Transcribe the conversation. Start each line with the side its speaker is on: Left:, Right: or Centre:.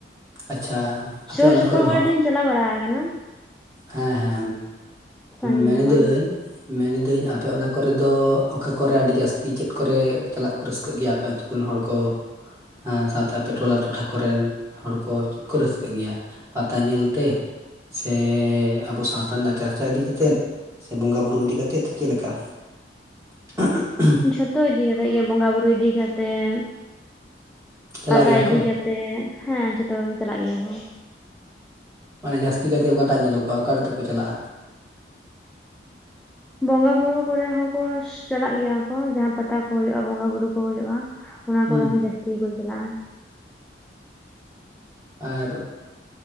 Right: ᱟᱪᱪᱷᱟ ᱟᱯᱮ
Centre: ᱥᱩᱨ
Right: ᱚᱱᱟ
Centre: ᱥᱩᱯᱩᱨ
Right: ᱠᱚᱨᱮᱱ
Centre: ᱠᱚᱨᱮ
Right: ᱦᱚᱸ
Centre: ᱫᱚᱧ ᱪᱟᱞᱟᱣ ᱵᱟᱲᱟ ᱟᱠᱟᱱᱟᱢ
Right: ᱦᱮᱸ ᱦᱮᱸ
Centre: ᱥᱟᱺᱜᱤᱧ
Right: ᱢᱮᱱ
Centre: ᱫᱚ
Right: ᱤᱫᱟᱹᱧ
Centre: ᱵᱟᱝ
Right: ᱢᱮᱱ ᱤᱫᱟᱹᱧ ᱟᱯᱮ ᱚᱱᱟ ᱠᱚᱨᱮ ᱫᱚ ᱚᱠᱟ ᱠᱚᱨᱮ ᱟᱹᱰᱤ ᱡᱟᱹᱥᱛᱤ ᱪᱮᱫ ᱠᱚᱨᱮ ᱪᱟᱞᱟᱜ ᱠᱚ ᱨᱟᱹᱥᱠᱟᱹᱜ ᱜᱮᱭᱟ ᱟᱯᱮ ᱟᱛᱳ ᱠᱚᱨᱮᱱ ᱦᱚᱲ ᱠᱚ?
Centre: <inaudible>
Right: ᱦᱮᱸ ᱥᱟᱣᱛᱮ ᱟᱯᱮ ᱴᱚᱞᱟ ᱴᱚᱴᱷᱟ ᱠᱚᱨᱮᱱ ᱦᱚᱲ ᱠᱚ ᱪᱮᱫ ᱠᱚ ᱨᱟᱹᱥᱠᱟᱹᱜ ᱜᱮᱭᱟ ᱯᱟᱛᱟ ᱧᱮᱞ ᱛᱮ ᱥᱮ ᱟᱵᱚ ᱥᱟᱶᱛᱟ ᱨᱮᱱᱟᱜ ᱪᱟᱨᱪᱟ ᱤᱫᱤ ᱠᱟᱛᱮᱫ ᱥᱮ ᱵᱚᱸᱜᱟ ᱵᱩᱨᱩ ᱤᱫᱤ ᱠᱟᱛᱮᱫ ᱪᱮᱫ ᱞᱮᱠᱟ? <unintelligible>
Centre: ᱡᱷᱚᱛᱚ ᱤᱫᱤ ᱠᱟᱛᱮᱜ ᱜᱮ ᱵᱚᱸᱜᱟ ᱵᱩᱨᱩ ᱤᱫᱤ ᱠᱟᱛᱮᱜ
Right: ᱪᱟᱞᱟᱜ
Centre: ᱯᱟᱛᱟ
Right: ᱜᱮᱭᱟ
Centre: ᱤᱫᱤ
Right: ᱠᱚ
Centre: ᱠᱟ- -ᱛᱮᱜ᱾ ᱦᱮᱸ ᱡᱚᱛᱚ ᱪᱟᱞᱟᱜ ᱜᱮᱭᱟ ᱠᱚ᱾
Right: ᱢᱟᱱᱮ ᱡᱟᱹᱥᱛᱤ ᱠᱟᱭᱛᱮ ᱚᱠᱟᱴᱟᱜ ᱧᱮᱞᱚᱜᱼᱟ ᱚᱠᱟᱴᱟᱜ ᱛᱮᱠᱚ ᱪᱟᱞᱟᱜᱼᱟ?
Centre: ᱵᱚᱸᱜᱟ ᱵᱩᱨᱩ ᱠᱚᱨᱮ ᱦᱚᱸᱠᱚ ᱪᱟᱞᱟᱜ ᱜᱮᱭᱟ ᱠᱚ ᱡᱟᱦᱟᱸ ᱯᱟᱛᱟ ᱠᱚ ᱦᱩᱭᱩᱜᱼᱟ ᱵᱚᱸᱜᱟ ᱵᱩᱨᱩ ᱠᱚ ᱦᱩᱭᱩᱜᱼᱟ᱾ ᱚᱱᱟ
Right: ᱦᱮᱸ
Centre: ᱠᱚᱨᱮ ᱦᱚᱸ ᱡᱟᱹᱥᱛᱤ ᱜᱮᱠᱚ ᱪᱟᱞᱟᱜᱼᱟ᱾
Right: ᱟᱨ